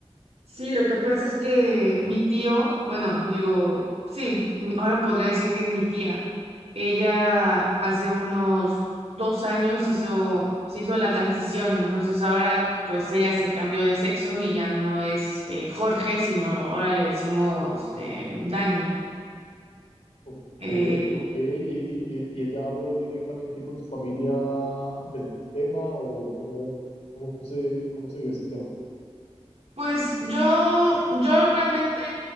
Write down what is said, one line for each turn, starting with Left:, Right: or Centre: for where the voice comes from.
Right: Sí, lo que pasa es que mi tío, bueno, digo, sí, mi- ahora podría decir que es mi tía. Ella hace unos dos años hizo, se hizo la transición, entonces ahora pues ella se cambió de sexo y ya no es eh, Jorge, sino ahora le decimos eh, Dani.
Left: Ok,
Right: Eh,
Left: ok. ¿Y, y- y y ella habló directamente con su familia del tema o cómo, cómo se, cómo se vio ese tema?
Right: Pues yo, yo realmente,